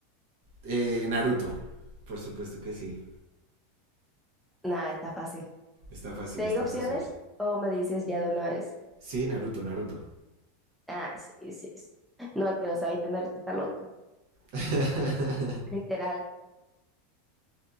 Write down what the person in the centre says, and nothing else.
Nada, está fácil.
¿Te
digo opciones
o me dices ya de una vez?
Ah, sí, sí, sí. No, el que lo sabe tener está loco.
Literal.